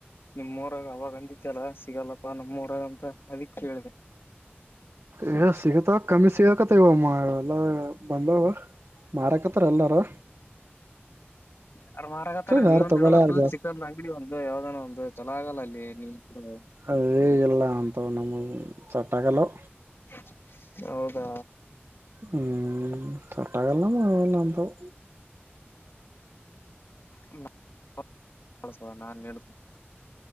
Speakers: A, on the left (about 65°); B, on the right (about 75°).
A: ನಿಮ್ಮ್ ಊರಾಗ ಅವಾಗ ಅಂದಿತ್ಯಲ್ಲ ಸಿಗಲ್ಲಪ್ಪಾ ನಮ್ಮೂರಾಗ ಅಂತ ಅದಿಕ್ ಕೇಳಿದೆ.
B: ಏ ಸಿಗತ್ತಾವ್ ಕಮ್ಮಿ ಸಿಗಕತ್ತಾವ ಇವಾ ಮಾ ಎಲ್ಲಾ ಬಂದಾವು ಮಾರಕತ್ತಾರ ಎಲ್ಲಾರು
A: ಯಾರ ಮಾರಕತ್ತಾರ
B: ಯಾರು
A: ನೀವಂದ
B: ತಗೋಲ್ಲ
A: ಇಡಬೇಕಲ್
B: ಯಾರು ಜಾಸ್ತಿ
A: ಚಿಕ್ಕಂದ್ ಅಂಗಡಿ ಒಂದು ಯಾವ್ದನೋ ಒಂದು ಚುಲೊ ಆಗಲ್ಲ ಅಲ್ಲಿ ನೀ <unintelligible>
B: ಹಾ ಇಲ್ಲಾ ಹಂತಾವ ನಮಗ ಸೆಟ್ಟಾಗಲ್ಲವ
A: <unintelligible> ಹೌದಾ.
B: ಹ್ಮ ಸೆಟ್ಟಾಗಲ್ಲವ ನಮಗೆ ಅವೆಲ್ಲ ಹಂತಾವ
A: <unintelligible>